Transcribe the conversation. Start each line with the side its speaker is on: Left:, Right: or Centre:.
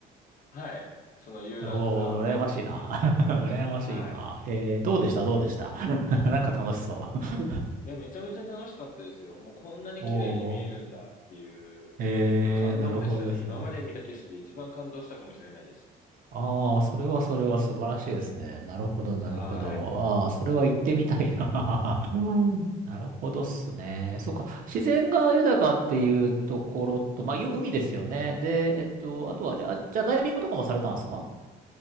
Left: はい。その遊覧ツアーの飛行機に乗りましたね。
Right: おおー、羨ましいな。<laughs> 羨ましいな。
Left: はい。
Right: えー、どうでした、どうでした。<laughs> なんか楽しそう。
Left: いや、めちゃめちゃ楽しかったですよ。もうこんなに綺麗に見えるんだっていう、
Right: おお、ええ、
Left: もう本当感動でしたね。
Right: なるほどですね。
Left: 今まで見た景色で一番感動したかもしれないです。
Right: ああ、それはそれは素晴らしいですね。なるほど、なるほど。
Left: はい。
Right: ああ、それは行ってみたいな。<laughs> うんなるほどっすね。そっか。自然が豊かっていうところと、まあ、いう海ですよね。で、えっと、あとは、じゃあ、じゃあダイビングとかもされたんですか